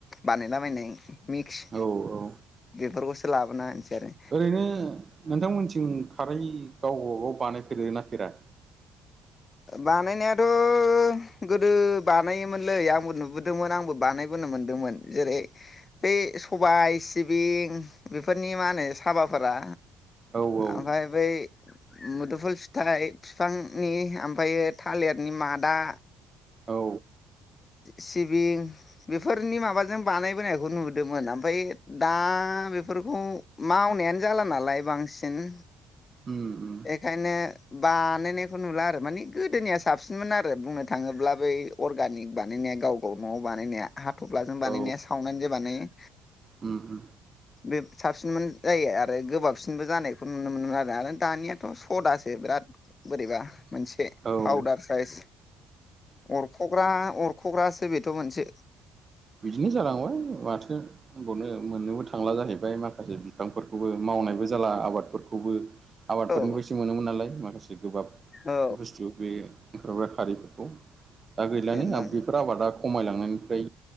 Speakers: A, on the left; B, on the right.
A: बानायलाबायनाय मिक्स
B: औ औ
A: बेफोरखौसो लाबोना आरो
B: ओरैनो नोंथांमोनथिं खारै गावबा गाव बानायफेरो ना फेरा?
A: बानायनायाथ' गोदो बानायोमोनलै आंबो नुबोदोंमोन आंबो बानायबो नो मोनदोंमोन जेरै बै सबाय, सिबिं बेफोरनि मा होनो साबाफोरा
B: औ औ
A: ओमफाय बै मुदुफुल फिथाइ फिफांनि ओमफायो थालिरनि मादा
B: औ
A: सिबिं बेफोरनि माबाजों बानायबोनायखौ नुदोंमोन ओमफाय दा बेफोरखौ मावनायानो जाला नालाय बांसिन
B: उम उम
A: एखायनो बा नायनायखौ नुला आरो माने गोदोनिया साबसिनमोन आरो बुंनो थाङोब्ला बै अर्गानिक बानायनाया गाव गाव न'आव बानायनाया हाथफ्लाजों बानायनाया
B: औ
A: सावनानै जे बानायो।
B: उम उम
A: बे साबसिनमोन जायो आरो गोबाबसिनबो जानायखौ नुनो मोनोन आरो आरो दानियाथ' सदासो बिराद बोरैबा मोनसे
B: औ
A: पावदार साइस अरख'ग्रा अरख'ग्रासो बेथ' मोनसे
B: बिदिनो जालांबाय माथो होनबावनो मोननोबो थांला जाहैबाय माखासे बिफांफोरखौबो माव नायबो जाला आबादफोरखौबो। आबादफोरनि
A: औ
B: <unintelligible> मोनोमोन नालाय माखासे गोबाब
A: औ
B: बुस्थु बे <unintelligible> खारैफोरखौ दा गैलानो
A: बेनोदां
B: बेफोर आबादा खमायलांनायनिफ्राय